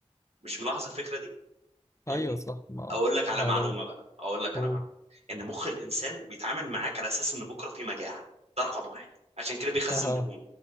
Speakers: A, on the right; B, on the left.
A: مش ملاحظ الفكره دي فاهمني
B: ايوه صح ما
A: اقول لك على
B: ما
A: معلومه
B: لو
A: بقى اقول لك على
B: هو
A: معلومه ان مخ الانسان بيتعامل معاك على اساس ان بكره في مجاعه ده رقم واحد عشان كده بيخزن
B: اه
A: دهون